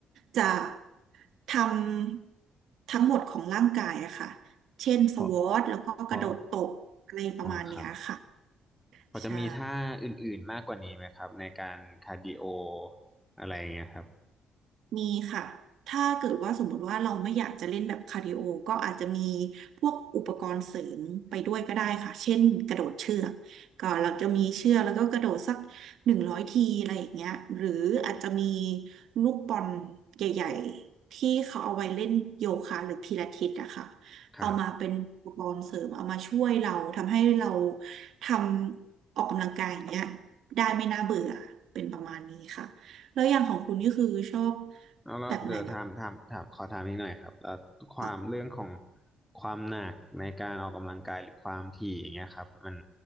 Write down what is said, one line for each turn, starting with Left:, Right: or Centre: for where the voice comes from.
Right: จะทำทั้งหมดของร่างกายอะค่ะเช่นสควอทแล้วก็กระโดดตบอะไรประมาณเนี้ยค่ะ
Centre: เพราะเพราะอ๋อครับ พอจะมีท่าอื่นๆมากกว่านี้ไหมครับในการคาร์ดิโอ
Right: ใช่
Centre: อะไรอย่างเงี้ยครับ
Right: มีค่ะ ถ้าเกิดว่าสมมติว่าเราไม่อยากจะเล่นแบบคาร์ดิโอ ก็อาจจะมีพวกอุปกรณ์เสริมไปด้วยก็ได้ค่ะ เช่นกระโดดเชือกก็เราจะมีเชือกแล้วก็กระโดดสักหนึ่งร้อยทีอะไรอย่างเงี้ยหรืออาจจะมีลูกบอลใหญ่ๆที่เขาเอาไว้เล่นโยคะหรือพิลาทิสอะค่ะ
Centre: ครับ
Right: เอามาเป็นอุปกรณ์เสริมเอามาช่วยเราทำให้เราทำออกกำลังกายอย่างเงี้ยได้ไม่น่าเบื่อเป็นประมาณนี้ค่ะ แล้วอย่างของคุณนี่คือชอบ
Centre: แล้วแล้วเดี๋ยวถามถามถามขอถามอีกหน่อยครับแล้วความเรื่องของ
Right: แบบไหนบ้างค่ะ
Centre: ความหนักในการออกกำลังกายหรือความถี่อย่างเงี้ยครับมัน